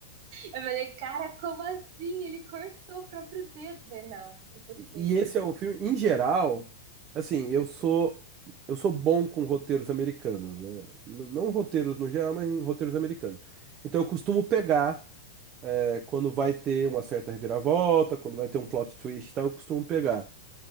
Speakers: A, on the right (about 50°); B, on the right (about 30°).
A: Eu falei, cara, como assim? Ele cortou o próprio dedo. Eu falei, não, impossível
B: E esse
A: isso.
B: é um filme, em geral, assim, eu sou eu sou bom com roteiros americanos, né? N- Não roteiros no geral, mas em roteiros americanos. Então eu costumo pegar eh, quando vai ter uma certa reviravolta, quando vai ter um plot twist, e tal, eu costumo pegar.